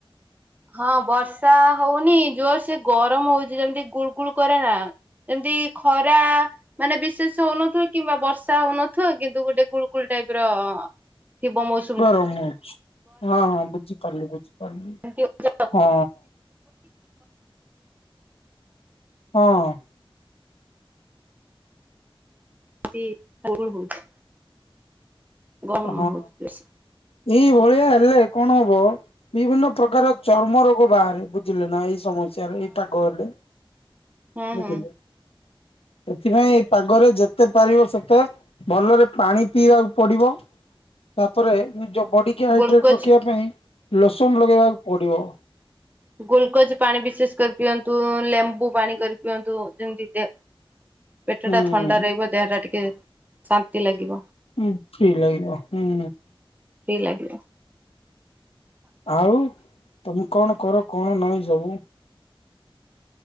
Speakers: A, on the right; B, on the left.
A: ହଁ ବର୍ଷା ହଉନି ଜୋର ସେ ଗରମ ହୋଉଛି। ଯେମିତି ଗୁଳଗୁଳ କରେ ନା। ଏମତି ଖରା ମାନେ ବିଶେଷ ର୍ଷା ହଉନଥିବ କିମ୍ବା ବର୍ଷା ହଉନଥିବ କିନ୍ତୁ ଗୋଟେ ଗୁଳଗୁଳ ଟାଇପର ଥିବ ମୌସମ
B: ଗରମ ହୋଉଛି। ହଁ ହଁ ବୁଝିପାରିଲି ବୁଝିପାରିଲି।
A: ଏମିତି ହୋଉଛି ଆଉ।
B: ହଁ। ହଁ।
A: ଏମିତି ଗୁଳ ହୋଉଛି ଗରମ
B: ହଁ।
A: ହୋଉଛି ବେଶୀ।
B: ଏଇ ଭଳିଆ ହେଲେ କଣ ହବ ବିଭିନ୍ନ ପ୍ରକାର ଚର୍ମ ରୋଗ ବାହାରେ ବୁଝିଲେ ନା ଏଇ ସମସ୍ୟାରେ ଏଇ ପାଗ ହେଲେ
A: ହଁ ହୁଁ
B: ବୁଝିଲେ?
A: ହୁଁ
B: ସେଥିପାଇଁ ଏଇ ପାଗରେ ଯେତେ ପାରିବ ସେତେ ଭଲରେ ପାଣି ପିଇବାକୁ ପଡିବ। ତାପରେ ନିଜ ବଡ଼ିିକି ହାଇଡ୍ରେଟ୍
A: ଗ୍ଲୁକୋଜ
B: ରଖିବା ପାଇଁ ଲୋସନ ଲଗେଇବାକୁ ପଡ଼ିବ।
A: ଗୁଲକୋଜ୍ ପାଣି ବିଶେଷ କରି ପିଅ ନ୍ତୁ ଲେମ୍ବୁ ପାଣି କରି ପିଅନ୍ତୁ ଯେମିତି ଦେ ପେଟ
B: ହୁଁ
A: ଟା ଥଣ୍ଡା ରହିବ। ଦେହ ଟା ଟିକେ ଶାନ୍ତି ଲାଗିବ।
B: ହଁ ଠିକ୍ ଲାଗିବ ହୁଁ।
A: ଫ୍ରି ଲାଗିବ।
B: ଆଉ ତମେ କଣ କର କଣ ନାଇଁ ସବୁ?